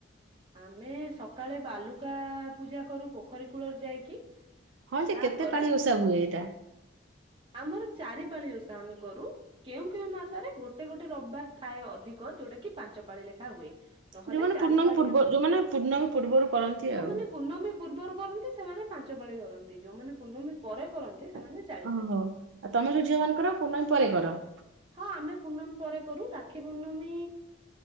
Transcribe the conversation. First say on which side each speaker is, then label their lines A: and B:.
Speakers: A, on the right; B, on the right.
A: ଆମେ ସକାଳେ ବାଲୁକା ପୂଜା କରୁ ପୋଖରୀ କୂଳରେ ଯାଇକି।
B: ହଁ ଯେ
A: ତାପରେ
B: କେତେ ପାଳି ଓଷା ହୁଏ ଏଇଟା।
A: ଆମର ଚାରି ପାାଳି ଓଷା ଆମେ କରୁ କେଉଁ କେଉଁ ମାସରେ ଗୋଟେ ଗୋଟେ ରବିବାର ଥାଏ ଅଧିକ ଯୋଉଟା କି ପାଞ୍ଚ ପାଳି ଲେଖା ହୁଏ। ନହେଲେ
B: ଯୋଉମାନେ
A: ଚାରି
B: ପୂର୍ଣ୍ଣମୀ
A: ପାଳି
B: ପୂର୍ବ
A: ଆମେ
B: ଯୋଉମାନେ
A: କରୁ
B: ପୂର୍ଣ୍ଣମୀ ପୂର୍ବରୁ କରନ୍ତି
A: ଯୋଉମାନେ
B: ଆଉ
A: ପୂର୍ଣ୍ଣମୀ ପୂର୍ବରୁ କରନ୍ତି ସେମାନେ ପାଞ୍ଚ ପାଳି କରନ୍ତି। ଯୋଉମାନେ ପୂର୍ଣମୀ ପରେ କରନ୍ତି।
B: ଓ
A: ଚାଳି ପାଳି
B: ହୋ ଆଉ ତମେ ଯୋଉ ଝିଅ ମାନଙ୍କର ପୁର୍ଣମୀ ପରେ କର। <unintelligible>
A: ହଁ ଆମେ ପୂର୍ଣ୍ଣମୀ ପରେ କରୁ ରାକ୍ଷୀ ପୂର୍ଣ୍ଣମୀ